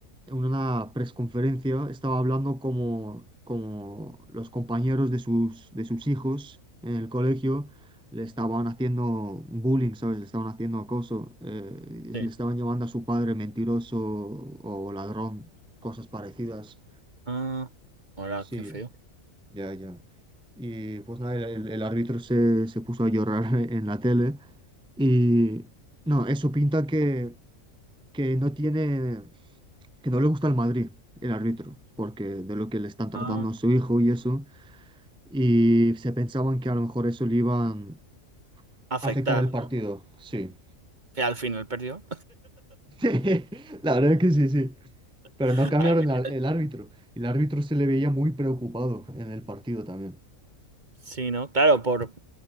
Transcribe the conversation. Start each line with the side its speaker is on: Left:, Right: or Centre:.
Centre: en una presconferencia, estaba hablando como, como los compañeros de sus, de sus hijos en el colegio le estaban haciendo bullying, ¿sabes? Le estaban haciendo acoso, eh,
Right: sí.
Centre: le estaban llamando a su padre mentiroso o ladrón, cosas parecidas.
Right: Ah, ahora
Centre: Sí,
Right: qué feo.
Centre: ya, ya. Y pues nada, el, el- el árbitro se, se puso a llorar <laughs> en la tele y no, eso pinta que, que no tiene que no le gusta el Madrid, el árbitro, porque de lo que le están tratando
Right: Ah,
Centre: a su hijo y eso, y se pensaban que a lo mejor eso le iban
Right: afectar,
Centre: a afectar el partido,
Right: ¿no?
Centre: sí.
Right: que al final perdió.
Centre: <laughs> Sí, la verdad es que sí, sí. Pero
Right: <laughs>
Centre: no cambiaron el, ar- el árbitro. El árbitro se le veía muy preocupado en el partido también.
Right: Sí, ¿no? Claro, por,